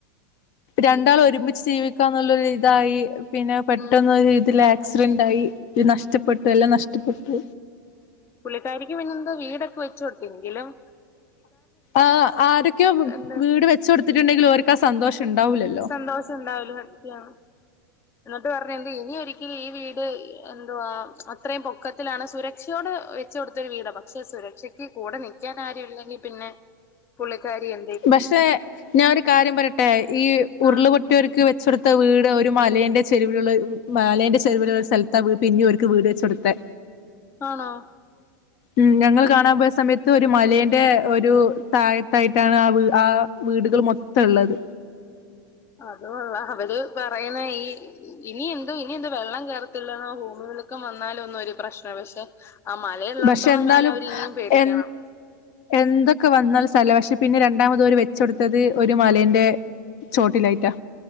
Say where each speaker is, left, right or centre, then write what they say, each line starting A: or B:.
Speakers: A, on the left; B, on the left.
A: രണ്ടാൾ ഒരുമിച്ച് ജീവിക്കാന്നുള്ളൊ ഇതായി പിന്നെ പെട്ടെന്ന്
B: ഉം
A: ഇതിലാ ആക്സിഡന്റ് ആയി നഷ്ടപ്പെട്ടു എല്ലാം നഷ്ടപ്പെട്ടു
B: പുള്ളിക്കാരിക്ക് പിന്നെന്തോ വീടൊക്കെ വെച്ചു കൊടുത്തിങ്കിലും
A: ആ ആരൊക്കെ
B: എന്ത്
A: വീട് വെച്ച് കൊടുത്തിട്ടുണ്ടെങ്കിലും ഓര്ക്ക് ആ സന്തോഷം ഉണ്ടാവൂലല്ലോ
B: സന്തോഷം ഉണ്ടാവുല്ല സത്യാണ്. എന്നിട്ട് പറഞ്ഞ ഇനി ഒരിക്കലും ഈ വീട് എന്തുവാ അത്രയും പൊക്കത്തിലാണ് സുരക്ഷയോടെ കൊടുത്തരു വീടാ പക്ഷെ സുരക്ഷക്ക് കൂടെ നിക്കാൻ ആരു ല്ലെങ്കി പിന്നെ പുള്ളിക്കാരി എ
A: പക്ഷെ ഞാനൊരു കാര്യം പറയട്ടെ ഈ ഉരുളപൊ
B: ആ
A: മറ്റർക്ക് വെച്ചെടുത്ത വീട് ഒരു മലേന്റെ ചെരുവിലുള്ള മലേന്റെ ചെരുവിലുള്ള സ്ഥലത് പിന്നെ ഓർക്ക് വീട് വെച് കൊടുത്ത
B: ആണോ
A: ഉം ഞങ്ങള് കാണാ പോയ സമയത്ത് ഒരു മലെന്റെ ഒരു തഴത്തായിട്ട് ട്ടാണ് ആ ആ വീടുകൾ മൊത്തം ള്ളത്
B: അതുകൊള്ള അവര് പറയണ ഈ ഇനി എന്ത്‌ ഇനി എന്ത്‌ വെള്ളം കേർ <unintelligible> ഭൂമിലുക്കം വന്നാലും ഒന്നും ഒരു പ്രശ്ന പക്ഷെ <inaudible> ആ മലയള്ളിടത്തോളം
A: പക്ഷെ എന്നാലും
B: കാലം അവര് ഇനിയും പേടിക്കണം
A: എ എന്തൊക്കെ വന്നാൽ സ്ഥല പക്ഷെ പിന്നെ രണ്ടാമത് ഒരു വെച്ച കൊടുത്തത് ഒരു മലന്റെ ചോട്ടിലായിട്ടാ